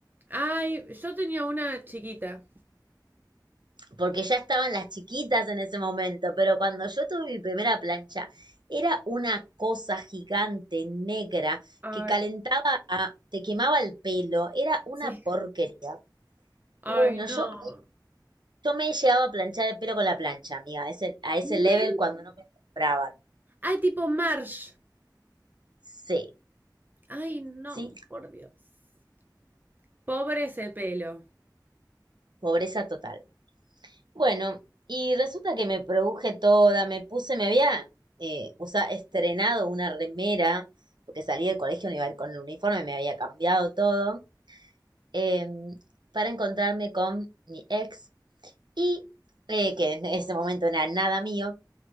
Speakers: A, on the right; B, on the right.
A: Ay, yo tenía una chiquita.
B: porque ya estaban las chiquitas en ese momento, pero cuando yo tuve mi primera plancha, era una cosa gigante, negra,
A: Ay,
B: que calentaba, a- te quemaba el pelo, era una
A: sí.
B: porquería.
A: Ay,
B: Pero bueno,
A: no.
B: yo, yo me he llegado a planchar el pelo con la plancha, amiga, a ese, a ese
A: Men-
B: level cuando no me compraban.
A: Ay, tipo Marsh.
B: Sí,
A: Ay, no,
B: sí,
A: por Dios. Pobre ese pelo.
B: pobreza total. Bueno, y resulta que me produje toda, me puse, me había eh, usa- estrenado una remera, porque salí del colegio no iba a ir con el uniforme, me había cambiado todo, eh, para encontrarme con mi ex, y eh, que en ese momento no era nada mío,